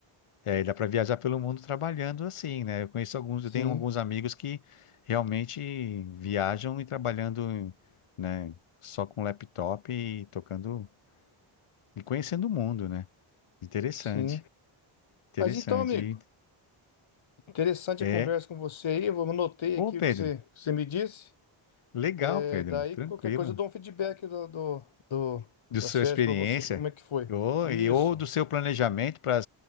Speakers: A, on the left; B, on the left.
A: é, dá para viajar pelo mundo trabalhando assim, né? Eu conheço alguns,
B: Sim,
A: eu tenho alguns amigos que realmente viajam e trabalhando, né? Só com laptop e tocando e conhecendo o mundo, né? Interessante.
B: sim.
A: Interessante.
B: Mas então, amigo,
A: hein?
B: interessante
A: É.
B: a conversa com você aí. Eu vou- anotei
A: Ô,
B: aqui
A: Pedro,
B: o que você, que você me disse.
A: legal,
B: É,
A: Pedro,
B: daí,
A: tranquilo.
B: qualquer coisa, eu dou um feedback do, do, do-
A: De
B: das
A: sua
B: férias
A: experiência,
B: pra você, como é que foi.
A: ou,
B: Isso.
A: e, ou do seu planejamento para,